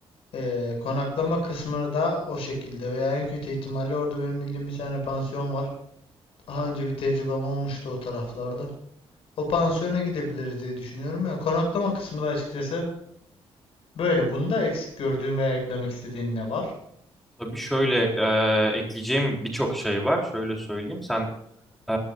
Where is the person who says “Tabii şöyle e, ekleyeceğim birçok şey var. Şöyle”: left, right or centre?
Centre